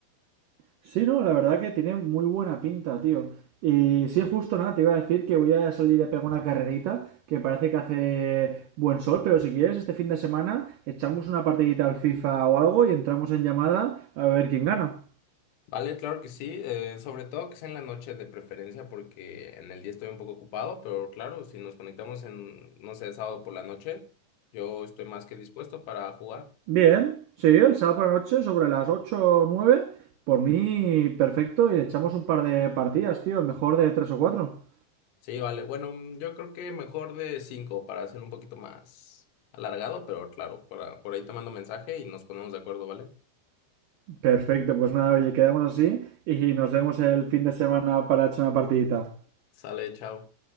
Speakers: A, on the right; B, on the left.
A: Sí, no, la verdad que tiene muy buena pinta, tío. Y sí, justo nada, te iba a decir que voy a salir a pegar una carrerita, que parece que hace buen sol, pero si quieres, este fin de semana echamos una partidita al FIFA o algo y entramos en llamada a ver quién gana.
B: Vale, claro que sí, eh, sobre todo que sea en la noche de preferencia porque en el día estoy un poco ocupado, pero claro, si nos conectamos en, no sé, sábado por la noche, yo estoy más que dispuesto para jugar.
A: Bien, sí, el sábado por la noche, sobre las 8 o 9, por mí perfecto, y le echamos un par de partidas, tío, el mejor de 3 o cuatro.
B: Sí, vale, bueno, mm, yo creo que mejor de cinco para hacer un poquito más alargado, pero claro, para, por ahí te mando mensaje y nos ponemos de acuerdo, ¿vale?
A: Perfecto, pues nada, oye, quedamos así y nos vemos el fin de semana para echar una partidita.
B: Sale, chao.